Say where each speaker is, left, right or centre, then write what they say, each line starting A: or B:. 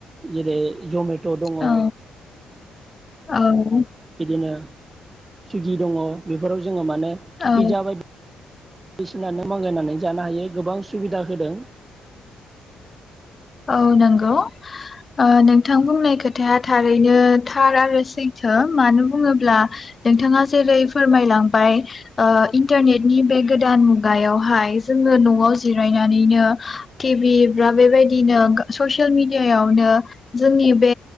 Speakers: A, on the right; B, on the left.
A: जेरै जमे ट' दङ
B: औ
A: ओ
B: औ
A: बिदिनो सुइगि दङ बेफोराव जो जोङो माने
B: औ
A: पिज्जा बायदि दिसिनानो मांगायनानै जानो हायो गोबां सुबिदा होदों।
B: औ नंगौ। ओ नोंथां बुंनाय खोथ थाया थारैनो थार आरो सैथो, मानो बुङोब्ला नोंथाङा जेरै फोरमायलांबाय ओ इन्टरनेटनि बे गोदान मुगायावहाय जोङो न'आव जिरायनानैनो टि भि ब्रा बेबायदि दिनो ससियेल मेडियायावनो जोंनि बे